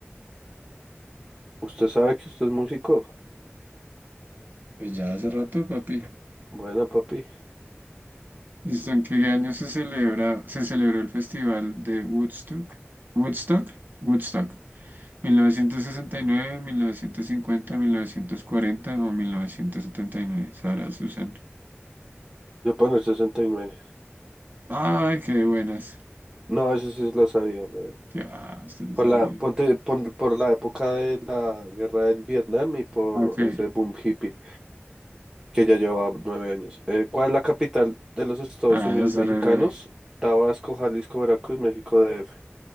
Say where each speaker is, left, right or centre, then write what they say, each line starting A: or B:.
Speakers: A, on the right; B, on the right.
A: ¿Usted sabe que usted es músico?
B: Pues ya hace rato, papi.
A: Bueno, papi.
B: ¿Listo? ¿En qué año se celebra, se celebró el festival de Woodstock? Woodstock, Woodstock. 1969, 1950, 1940 o 1979. Sara Susan.
A: Voy a poner sesenta y nueve
B: Ay, qué buenas.
A: No, esa sí la sabía, weón.
B: Qué ah, usted no
A: Por
B: sabía.
A: la, ponte, por, por la época de la guerra del Vietnam y por
B: Ok.
A: ese boom hippie que ya lleva nueve años. Eh, ¿cuál es la capital de los Estados
B: Ah,
A: Unidos
B: eso está
A: mexicanos?
B: re breve.
A: Tabasco, Jalisco, Veracruz, México DF.